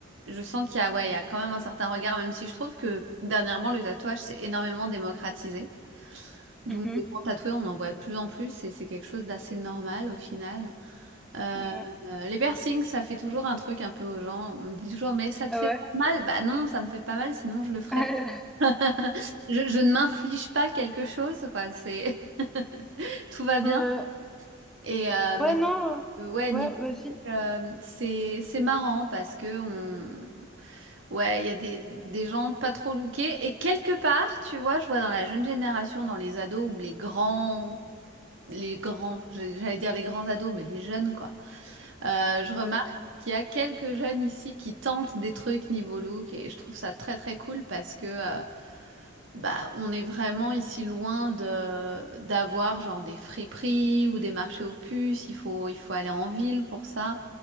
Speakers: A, on the right (about 65°); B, in the centre.
A: je sens qu'il y a, ouais, il y a quand même un certain regard, même si je trouve que dernièrement le tatouage s'est énormément démocratisé. Donc
B: Mhm.
A: les gens tatoués, on en voit de plus en plus et c'est quelque chose d'assez normal au final. Euh,
B: Ouais.
A: euh, les piercings, ça fait toujours un truc un peu aux gens. On me dit toujours, mais ça te
B: Ah
A: fait
B: ouais.
A: pas mal? Bah non, ça me fait pas mal, sinon je le ferais
B: <laughs>
A: <laughs> Je, je ne m'inflige pas quelque chose, quoi. C'est <laughs> tout va bien.
B: Ouais.
A: Et euh, mais
B: Ouais, non.
A: euh, ouais,
B: Ouais,
A: niveau
B: vas-y.
A: euh, c'est c'est marrant parce que on ouais, il y a des, des gens pas trop lookés. Et quelque part, tu vois, je vois dans la jeune génération, dans les ados ou les grands, les grands, j'allais dire les grands ados, mais les jeunes, quoi. Euh, je remarque
B: Ouais.
A: qu'il y a quelques jeunes ici qui tentent des trucs niveau look et je trouve ça très très cool parce que euh, Bah, on est vraiment ici loin de d'avoir genre des friperies ou des marchés aux puces. Il faut il faut aller en ville pour ça.